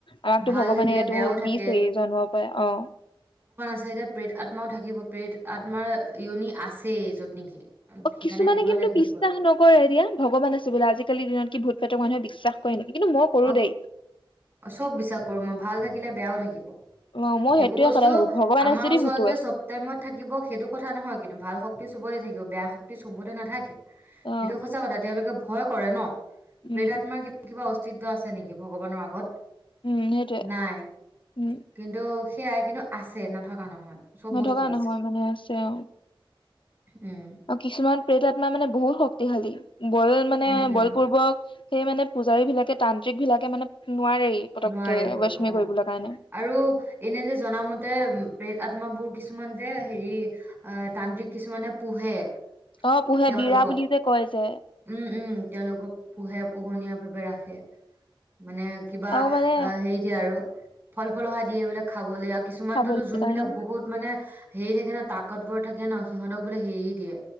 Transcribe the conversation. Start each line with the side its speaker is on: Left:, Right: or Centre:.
Left: আমাকতো
Right: ভাল
Left: ভগৱানে
Right: থাকিলে
Left: এইটো
Right: বেয়াও থাকে
Left: বিছে জন্মৰ পৰা অ
Right: চদয়া প্ৰেত আত্মাও থাকিব প্ৰেত আত্মাৰ ইয়নি আছেই য'ত নেকি
Left: অ
Right: সেইকাৰণে
Left: কিছুমানে
Right: ভয়
Left: কিন্তু
Right: লাগিব
Left: বিশ্বাস নকৰে এতিয়া ভগৱান আছে বোলে আজিকালি দিনত কি ভুত সেইটো মানুহে বিশ্বাস কৰে নেকি? কিন্তু মই কৰো
Right: অ
Left: দেই।
Right: চব বিশ্বাস কৰো, মই ভাল থাকিলে বেয়াও থাকিব
Left: অ' মই
Right: সেইবোৰ
Left: সেইটোয়ে
Right: বস্তু
Left: সদায় ভাবো ভগৱান
Right: আমাৰ
Left: আছে যদি
Right: ওচৰত
Left: ভূতো
Right: যে
Left: আছে
Right: চব টাইমত থাকিব সেইটো কথা নহয় কিন্তু ভাল শক্তি চবৰে। থাকিব বেয়া শক্তি চবতে নাথাকে
Left: অ'
Right: সেইটো সঁচা কথা তেওঁলোকে ভয় কৰে ন বেদ
Left: উম।
Right: আত্মা কিবা অস্তিত্ব আছে নেকি ভগৱানৰ আগত
Left: উম সেইটোয়ে
Right: নাই
Left: উম
Right: কিন্তু সেয়াই কিন্তু আছে নথকা নহয় চব
Left: নথকা
Right: বস্তু আছে
Left: নহয় মানে আছে আও
Right: উম
Left: আৰু কিছুমান প্ৰেত আত্মা মানে বহুত শক্তিশালী বল মানে
Right: উম উম
Left: বল পূ্ৰ্বক সেই মানে পূজাৰী বিলাকে তান্ত্ৰিক বিলাকে মানে নোৱাৰেই পতককে
Right: নোৱাৰেগৈ
Left: বৈষ্মী
Right: অ
Left: কৰিবলৈ কাৰণে।
Right: আৰু এনে যে জনামতে প্ৰেত আত্মাাবোৰ কিছু কিছুমান যে হেৰি অ তান্ত্ৰিক কিছুমানে পোহে
Left: অ' পোহে
Right: তেওঁলোকক
Left: বিৰা বুলি যে কয় যে
Right: উম উম তেওঁলোকক পোহে পোহনীয়া ভাৱে ৰাখে মানে
Left: আৰু মানে
Right: অ হেৰি দিয়ে আৰু ফল ফল অহা দিয়ে এই বোলে খাবলে কিছুমানতোতো
Left: খাবলৈ
Right: যোনবিলাক
Left: কাৰণে
Right: বহুত মানে হেৰি থাকে ন তাকতবৰ থাকে ন সিহঁতক বোলে হেৰি দিয়ে